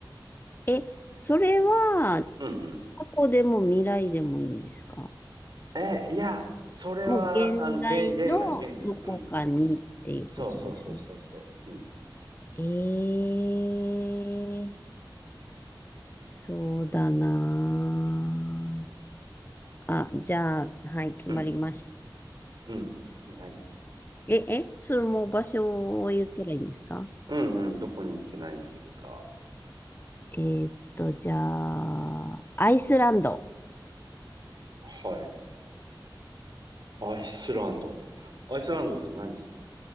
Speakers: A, on the left; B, on the right.
A: え、それは、
B: うん
A: 過去でも未来でもいいんですか
B: うん。え、いや、それは、
A: もう現在のどこかにっていうことですね。
B: あの、現、現代、現代。うんうん。そうそうそうそうそう。うん、
A: ええそうだなあ。あ、じゃあ、はい、決まりました。
B: うん、うん。何
A: え、え、それもう場所を言ったらいいんですか
B: うんうん。どこに行って何するか。
A: えーっと、じゃあ、アイスランド。
B: はい。アイスランド。アイスランドで何する